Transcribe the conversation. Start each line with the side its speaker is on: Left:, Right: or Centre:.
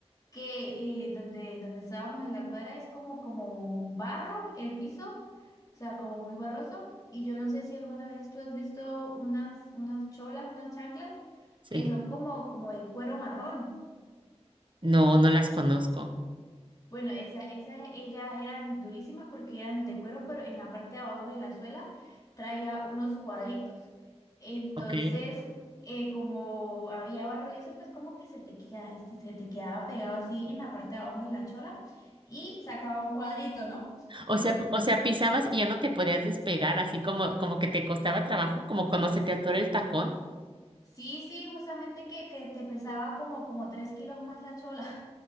Left: que eh, donde, donde estábamos en la cuadra es como, como barro el piso, o sea, como muy barroso. Y yo no sé si alguna vez tú has visto unas, unas cholas, unas chanclas
Right: Sí.
Left: que son como, como de cuero marrón.
Right: No, no las conozco.
Left: Bueno, esa, esas ellas eran durísimas porque eran de cuero, pero en la parte de abajo de la suela traía unos cuadritos. Entonces,
Right: Ok.
Left: eh, como había barro y eso, pues como que se te queda- se, se te quedaba pegado así en la parte de abajo de la chola y sacaba un cuadrito, ¿no? Entonces,
Right: O sea, o sea, pisabas y ya no te podías despegar, así como, como que te costaba trabajo, como cuando se te atora el tacón.
Left: sí, sí, justamente que, que te pesaba como, como tres kilos más la chola.